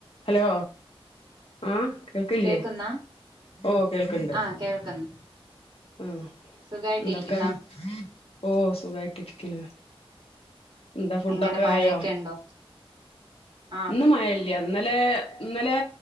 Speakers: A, on the left; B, on the right.
A: Hello. ഉം കേൾക്ക്ല്ലേ
B: കേക്കുന്നാ
A: ഓഹ് കേൾക്ക്ണ്ട്.
B: ആഹ് കേൾക്കുന്നു
A: ഉം
B: സുഖായിട്ടിരിക്കുന്നാ
A: എന്തക്കെ. ഓഹ് സുഖായിട്ടിരിക്കിന് എന്താ ഫുഡൊക്കെ
B: എങ്ങനെ മഴയൊക്കെ
A: ആയോ
B: ഉണ്ടോ ആഹ്
A: ഇന്ന് മയല്ല ഇന്നലെ ഇന്നലെ